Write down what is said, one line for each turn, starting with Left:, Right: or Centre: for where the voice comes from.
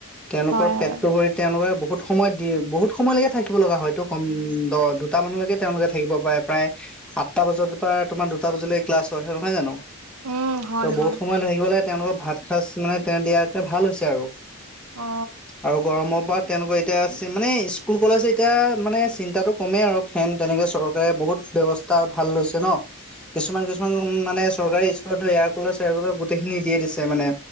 Centre: তেওঁলোকৰ
Right: হয়
Centre: পেটটো
Right: হয়
Centre: ভৰি তেওঁলোকে বহুত সময় দি বহুত সময়লৈকে থাকিব লগা হয় ত কম দ দুটা মানলৈকে তেওঁলোকে থাকিব পাৰে। প্ৰায় আঠটা বজাৰ পৰা তোমাৰ দুটা বজালৈ ক্লাছ হয় নহয় জানো?
Right: উম হয়
Centre: ত'
Right: হয়
Centre: বহুত সময় থাকিব লাগে তেওঁলোকক ভাত সাঁজ মানে তে দিয়াত ভাল হৈছে আৰু।
Right: অ
Centre: আৰু গৰমৰ পাত তেওঁলোকৰ এতিয়া মানে স্কুল কলেজ এতিয়া মানে চিন্তাটো কমেই আৰু। ফেন তেনেকে চৰকাৰে বহুত ব্যৱস্থা ভাল লৈছে ন। কিছুমান কিছুমান মানে চৰকাৰী স্কুলতো এয়াৰকুলাৰ চেয়াৰ কুলাৰ গোটেইখিনি দিয়ে দিছে মানে।